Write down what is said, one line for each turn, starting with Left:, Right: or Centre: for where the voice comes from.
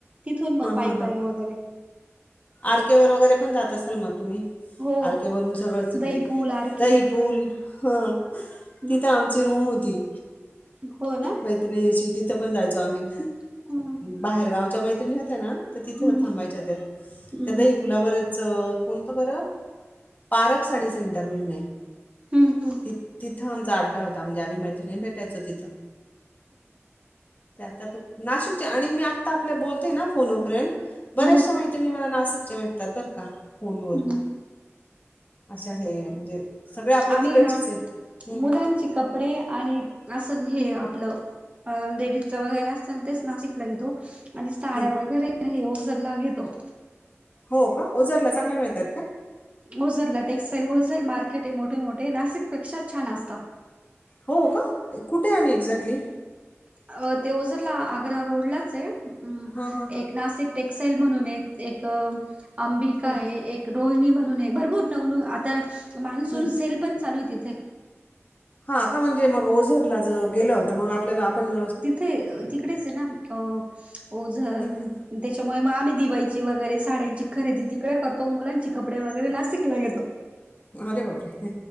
Right: तिथून मग
Left: हां
Right: पायी
Left: हां हां
Right: पायी वगैरे
Left: आर केे वर वगैरे पण जात असाल मग तुम्ही?
Right: हो
Left: आरकेवरून सगळं तिकडे
Right: दही पूल आर
Left: जाई
Right: के
Left: पूल तिथं
Right: हम्म
Left: आम रूम होती
Right: हो ना
Left: मैत्रिणीची तिथं पण जायचो आम्ही
Right: हा.
Left: बाहेरगावच्या मैत्रिणी असत ना तर तिथं
Right: हम्म
Left: थांबायच्या त्या
Right: हम्म
Left: त्या दहीु. तुलावरच कोणतं बरं पारख साडी सेंटर म्हणून आहे.
Right: हम्म हम्म.
Left: ति तिथं आमचा अड्डा होता म्हणजे आम्ही मैत्रिणी भेटायचो तिथं. ते आता बघ नाशिकच्या आणि मी आत्ता आपल्या बोलते ना फोन फ्रेंड बऱ्याचशा
Right: हम्म
Left: माहिती तुम्ही मला नाशिकच्या भेटतात बरं का फोनवर
Right: हम्म
Left: अशा हे म्हणजे सगळे आपल्या
Right: आम्ही
Left: तिकडचेच
Right: ना
Left: आहे हम्म
Right: मुलांचे कपडे आणि असं हे आपलं लेडीजच वगैरे असत तेच ना शिकला येतो. आणि साड्या
Left: हम्म
Right: वगैरे हे ओजर ला येतो.
Left: हो का ओजरला चांगला मिळतात का?
Right: ओसरला टेक्स्टाईल होलसेल मार्केट आहे मोठे मोठे आहे नाशिकपेक्षा छान असता.
Left: हो का कुठे आहे एक्झॅक्टली
Right: अ ओझरला ते ला आग्रा रोडलाच आहे
Left: हां हां
Right: एक नाशिक टेक्सटाइल म्हणून आहेत एक अंबिका
Left: हं
Right: आहे एक. रोहिणी म्हणूनय भरपूर नवनवीन आता मान्सून
Left: हं
Right: सेल पण चालू आहे तिथे
Left: हा का म्हणजे मग ओझरला ज गेलं होत मग आपल्याला आपण
Right: ते तिकडेच आहे ना अ ओझरला
Left: हं
Right: त्याच्यामुळे मग आम्ही दिवाळीची वगैरे साड्यांची खरेदी तिकडे करतो मुलांचे कपडे वगैरे नाशिकला गेतो.
Left: अरे बापरे